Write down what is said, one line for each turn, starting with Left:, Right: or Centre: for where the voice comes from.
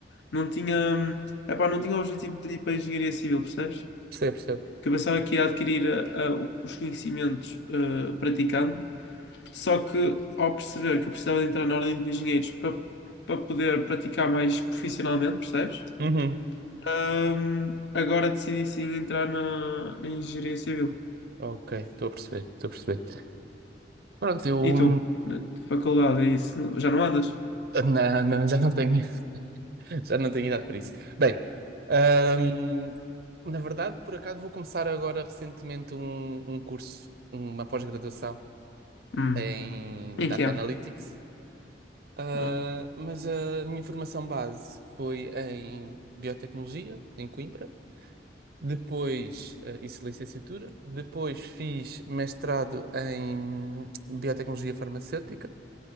Left: não tinha, hum, epá, não tinha o objetivo de ir para a engenharia civil, percebes?
Right: Percebo, percebo.
Left: Porque eu pensava que ia adquirir ah, ah, o- os conhecimentos ah, praticando, só que ao perceber que eu precisava de entrar na ordem de engenheiros para, para poder praticar mais profissionalmente, percebes?
Right: Uhum.
Left: Hum, agora decidi sim entrar na, na engenharia civil.
Right: Ok, estou a perceber, estou a perceber. Pronto, eu
Left: E
Right: hum,
Left: tu? Na Faculdade, e isso? Não- Já não andas?
Right: na- na- já não tenho <laughs> Já não tenho idade para isso. Bem, ahm, na verdade, por acaso, vou começar agora recentemente um, um curso, uma pós-graduação
Left: Hum.
Right: em
Left: Em
Right: Data
Left: que é?
Right: Analytics, Ah,
Left: Ah,
Right: mas a minha formação base foi em Biotecnologia, em Coimbra, depois ah, isso licenciatura, depois fiz mestrado em Biotecnologia Farmacêutica